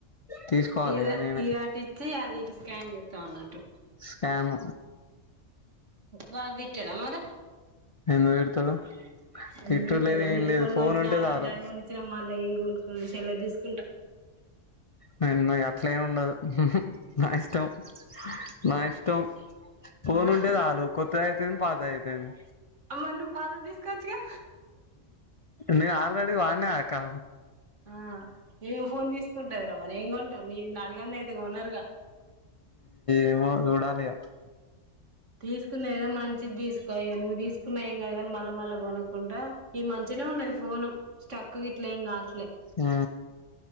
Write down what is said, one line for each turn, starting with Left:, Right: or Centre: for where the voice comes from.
Left: తీసుకోవాలి
Right: ఇది
Left: ఇక నేనే
Right: ఇదటిచ్చ అది ఇ స్కాన్ చేస్తాము అన్నట్టు.
Left: స్కామ్
Right: బాబ్ తిట్టాడా మరి
Left: ఎందుకు తిడతాడు. తిట్టుడు
Right: ఎందుకు తిట్టరు
Left: లేదు
Right: రా
Left: ఏం
Right: నీ
Left: లేదు
Right: ఫోన్ కొనిచ్చినా
Left: ఉంటే
Right: వాళ్ళ
Left: చాలు
Right: అంటే అవి కొనిచ్చిన మళ్ళా ఈ సెల్ తీసుకొంటే
Left: అవి అన్నీ అట్లేమ్ ఉండదు హు హు నా ఇష్టం నా ఇష్టం. ఫోన్
Right: ఆ
Left: ఉంటే చాలు కొత్త అయితేంది పాత అయితేంది.
Right: మరి నువ్వు పాతది తీసుకోవచ్చుగా.
Left: నేను ఆల్రెడీ వాడినా కదా అక్కా
Right: ఆ ఏం ఫోన్ తీసుకుంటాది రా మరి ఏం కొంటావు నిన్ను అడగందే అయితే కొనరుగా.
Left: ఏమో <inaudible>
Right: తీసుకున్నా ఏదో మంచిది తీసుకో నువ్వు తీసుకున్నా ఏం కాదు కానీ మళ్ళా కొనకుండా ఈ మంచి మంచిగానే ఉంది ఫోను స్ట్రక్ గిట్లేమ్ కాలేదు.
Left: ఆ